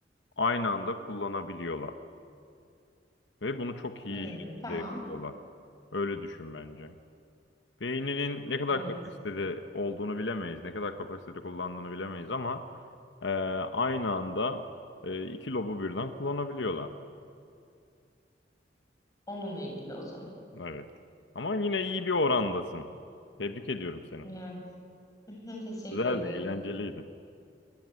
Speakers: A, on the left; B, on the left.
A: aynı anda kullanabiliyorlar. Ve bunu çok iyi
B: Hmm,
A: şekilde
B: tamam.
A: yapıyorlar. Öyle düşün bence. Beyninin ne kadar
B: Evet.
A: kapasitede olduğunu bilemeyiz. Ne kadar kapasitede kullandığını bilemeyiz ama e, aynı anda e, iki lobu birden kullanabiliyorlar.
B: Onunla ilgili o zaman.
A: Evet. Ama yine iyi bir orandasın. Tebrik ediyorum seni.
B: Evet. <laughs> Teşekkür
A: Güzeldi,
B: ederim.
A: eğlenceliydi.